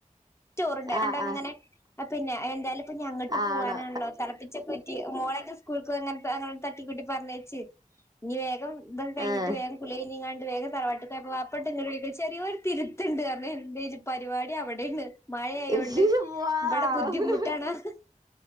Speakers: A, on the left (about 20°); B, on the right (about 30°).
A: ചോറ്ണ്ടായിന്നു.
B: ആഹ്
A: അണ്ടങ്ങനെ ആഹ് പിന്നെ എന്തായാലും ഇപ്പഞ്ഞി അങ്ങ്ട്ട്
B: ആഹ്
A: പോവാനാണല്ലോ തളപ്പിച്ചൊക്കൂറ്റി മോളെക്കെ സ്കൂൾക്കങ്ങത്തെ അങ്ങനെ തട്ടിക്കൂട്ടി പറഞ്ഞയച്ച് ഇനി വേഗം ഇതങ്ങ്ട് കയ്ഞ്ഞിട്ട്
B: ആണോ
A: വേഗം കുളിയ്ഞ്ഞങ്ങാണ്ട് വേഗം തറവാട്ടിക്കോവാ ഇപ്പണ്ട്ങ്ങിട് വിളിക്കുണു ചെറിയോരു തിരുത്ത്ണ്ട്ർഞ്ഞു. എന്തേച്ചു പരിവാടി അവ്ടേണ് മഴയായോണ്ട്
B: ആഹ് വാവ്
A: ഇവിടെ ബുദ്ധിമുട്ടാണർഞ്ഞു.